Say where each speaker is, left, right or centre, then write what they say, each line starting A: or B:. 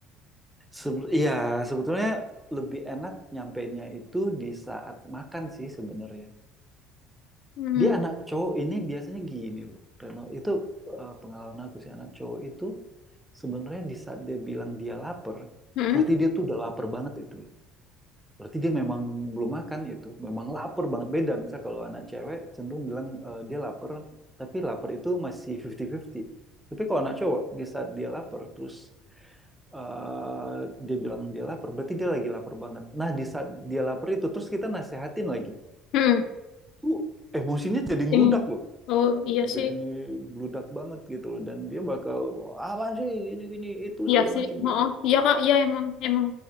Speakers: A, in the centre; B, on the left.
A: Sebe- iya, sebetulnya lebih enak nyampainya itu di saat makan sih sebenarnya
B: Hmm.
A: dia anak cowok ini biasanya gini loh Reno itu eh, pengalaman aku sih anak cowok itu sebenarnya di saat dia bilang dia lapar
B: Hmm.
A: berarti dia tuh udah lapar banget itu Berarti dia memang belum makan itu, memang lapar banget. Beda misal kalau anak cewek cenderung bilang eh, dia lapar, tapi lapar itu masih 50-50. Tapi kalau anak cowok di saat dia lapar terus eh, dia bilang dia lapar, berarti dia lagi lapar banget. Nah, di saat dia lapar itu terus kita nasehatin lagi.
B: Hmm.
A: Itu emosinya jadi ngeludak
B: Em-
A: loh.
B: Oh, iya sih.
A: Jadi ini meludak banget gitu loh dan dia bakal apaan sih gini gini itu
B: Iya
A: segala
B: sih.
A: macam
B: Oh,
A: gitu.
B: oh. iya, Kak. Iya, emang. Emang.